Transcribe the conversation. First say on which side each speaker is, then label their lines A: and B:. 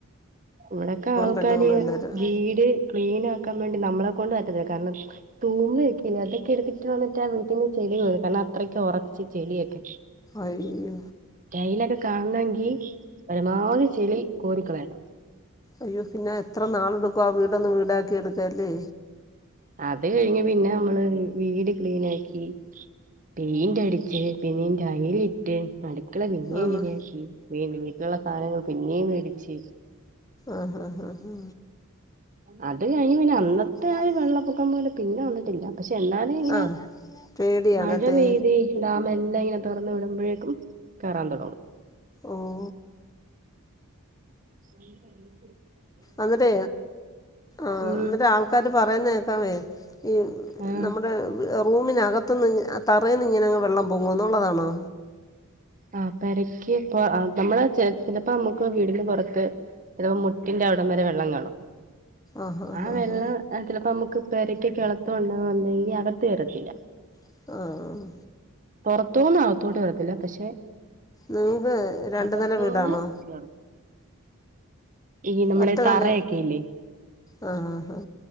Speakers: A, on the right; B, on the left.
A: ഇവിടെ ഒക്കെ ആൾക്കാര്
B: പെണ്ണുങ്ങളും എല്ലാരും
A: വീട് ക്ലീൻ ആക്കാൻ വേണ്ടി നമ്മളെ കൊണ്ട് പറ്റത്തില്ല. കാരണം തൂമ്പൊഴക്കില്ല അതൊക്കെ എട്ത്തിട്ട് വന്നിട്ട് അവ <unintelligible> കാരണം അത്രക് ഒറച്ച ചെളിയായി
B: അയ്യോ
A: ടൈലൊക്കെ കാണണങ്കി പരമാവധി ചെളി കോരി കളയണം.
B: അയ്യോ പിന്നെ എത്ര നാളെടുക്കോ ആ വീടന്ന് വീടാക്കി എടുക്കാല്ലേ
A: അത് കഴിഞ്ഞ് പിന്നെ അമ്മള് വീട് ക്ലീൻ ആക്കി പെയിന്റ് അടിച്ച് പിന്നിം ടൈല് ഇട്ട് അടുക്കള പിന്നെയും
B: ആണ്
A: പിന്നെ ഷീറ്റ്‌ മേഞ്ഞ്‌ വീട്ടിലുള്ള സാധനങ്ങൾ പിന്നെയും മേടിച്ച്
B: ആഹ് ആഹ് ആഹ്
A: അത് കഴിഞ് പിന്നെ അന്നത്തെ
B: ആഹ്
A: വെള്ളപ്പൊക്കം പോലെ പിന്നെ വന്നിട്ടില്ല പക്ഷെ എന്നാലും ഇങ്ങനെ
B: ആഹ് പേടിയാണല്ലേ
A: മഴ പെയ്തി ഡാമെല്ലാം ഇങ്ങനെ തൊർന്ന് വിടുമ്പോഴേക്കും കേറാൻ തൊടങ്ങും.
B: ഓഹ്
A: ഉ പറ
B: അന്നിട്ടേ ആന്നിട്ട്
A: ഉം
B: ആ ഉ പ്പയൊക്കെ പറയുന്ന കേക്കാമേ ഈ
A: ആഹ്
B: നമ്മുടെ റൂമിനകത്ത് നിന്ന് തറേന്നിങ്ങനെങ്ങ് വെള്ളം പൊങ്ങോന്നുള്ളതാണോ
A: ആഹ് പെരക്ക്പ്പ നമ്മള ചെലപ്പോ നമ്മുക്ക് വീടിന് പൊറത്ത് ചിലപ്പോ മുട്ടിന്റെ അവിടം വരെ വെള്ളം കാണും.
B: ആഹ് ആഹ്
A: ആ വെള്ളം
B: ആഹ്
A: ആഹ് ചെലപ്പോ നമുക്ക് പെരക്ക്ക്കളത്തും വന്നതു കൊണ്ട് ഇനി അകത്ത്കേറത്തില്ല.
B: ആഹ് ആഹ്
A: പൊർത്തൂന്ന് അകത്തോട്ട് വരത്തില്ല പക്ഷെ
B: നിങ്ങക്ക് രണ്ടു
A: അകത്തൂന്ന്
B: നില വീടാണോ
A: കേറും ഈ നമ്മുടെ
B: ഒറ്റനില
A: തറയൊക്കെ ഇല്ലേ
B: ആ ആ ആ